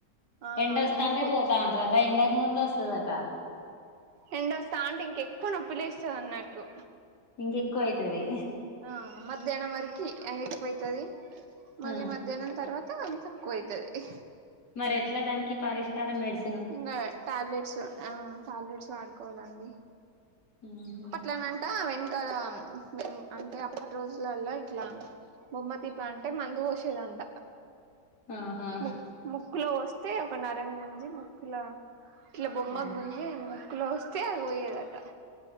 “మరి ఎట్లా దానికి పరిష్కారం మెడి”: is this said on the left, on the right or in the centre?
Left